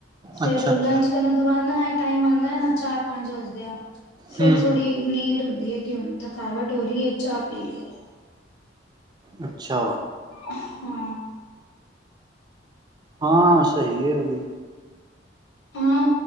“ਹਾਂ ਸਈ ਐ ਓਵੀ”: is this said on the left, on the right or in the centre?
Right